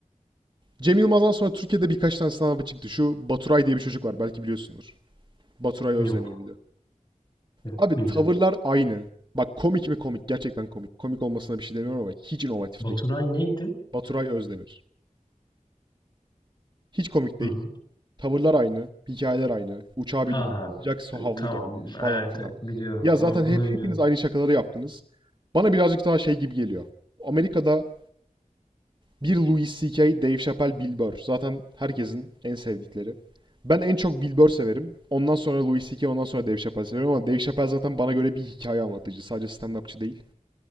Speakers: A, on the right; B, on the left.
A: Cem Yılmaz'dan sonra Türkiye'de birkaç tane stand-up'ı çıktı. Şu Baturay diye bir çocuk var belki biliyorsunuz. Baturay Özdemir
B: Yok.
A: miydi?
B: Yok
A: Abi
B: bilmiyorum.
A: tavırlar aynı. Bak komik mi komik? Gerçekten komik. Komik olmasına bir şey demiyorum ama hiç inovatif
B: Baturay
A: değil.
B: neydi?
A: Baturay Özdemir. Hiç komik değil.
B: Hı hı.
A: Tavırlar aynı, hikayeler aynı. Uçağa
B: Ha
A: bindim, sıcak su havlu
B: tamam.
A: geldi
B: Evet,
A: falan filan.
B: evet biliyorum.
A: Ya
B: Bunu
A: zaten
B: bunu
A: hep hepiniz
B: biliyorum.
A: aynı şakaları yaptınız. Bana birazcık daha şey gibi geliyor. Amerika'da bir Louis C.K., Dave Chappelle, Bill Burr. Zaten herkesin en sevdikleri. Ben en çok Bill Burr severim. Ondan sonra Louis C.K., ondan sonra Dave Chappelle severim ama Dave Chappelle zaten bana göre bir hikaye anlatıcı. Sadece stand-upçı değil.